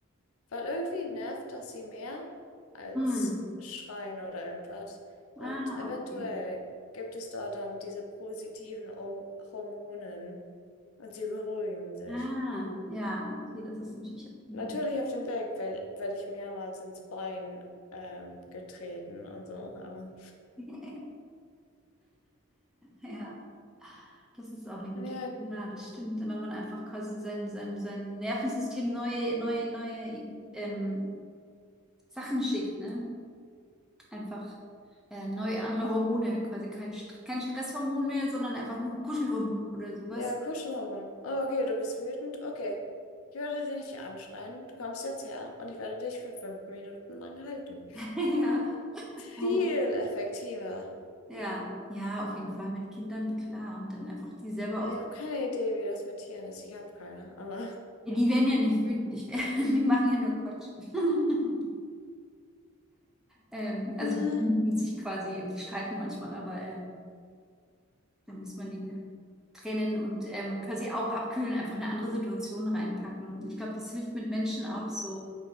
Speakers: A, on the left; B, in the centre.
A: Weil irgendwie nervt das sie mehr als
B: mm.
A: Schreien oder irgendwas. Und
B: Ah,
A: eventuell
B: okay.
A: gibt es da dann diese positiven Hor- Hormonen und sie beruhigen sich.
B: Ah, ja, okay, das ist natürlich auch eine
A: Natürlich
B: gute
A: auf dem Weg werde werd werd ich mehrmals ins Bein ähm, getreten und so. Aber
B: <laughs> Ja, das ist auch eine gute
A: ja,
B: Ja, das stimmt. Wenn man einfach quasi sein, sein, sein Nervensystem neue, neue, neue ähm, Sachen schickt, ne? Einfach äh, neue andere Hormone, quasi kein, St kein Stresshormon mehr, sondern einfach nur Kuschelhormon oder sowas.
A: ja, Kuschelhormon. Oh, okay, du bist wütend. Okay. Ich werde dich nicht anschreien. Du kommst jetzt her und ich werde dich für fünf Minuten lang halten.
B: <laughs> Ja. Oh.
A: Viel effektiver.
B: Ja, ja, auf jeden Fall mit Kindern, klar. Und dann einfach die selber
A: Ja,
B: auch
A: ich habe keine Idee, wie das mit Tieren ist. Ich habe keine, aber
B: Ja, die werden ja nicht wütend, ich wär, <laughs> die machen ja nur Quatsch. <laughs> Ähm, also
A: ne.
B: die lieben sich quasi, die streiten manchmal, aber ähm, da muss man die trennen und ähm, quasi auch abkühlen, einfach eine andere Situation reinpacken. Ich glaube, das hilft mit Menschen auch so.